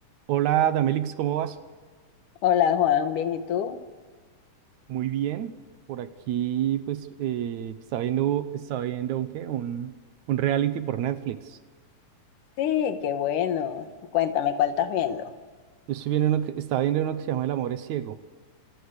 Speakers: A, on the right; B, on the left.
A: Hola, Damelix, ¿cómo vas?
B: Hola Juan, bien, ¿y tú?
A: Muy bien. Por aquí, pues, eh, estaba viendo, estaba viendo un, ¿qué? Un, un reality por Netflix.
B: Sí, qué bueno. Cuéntame, ¿cuál estás viendo?
A: Yo estoy viendo uno que, estaba viendo uno que se llama El amor es ciego.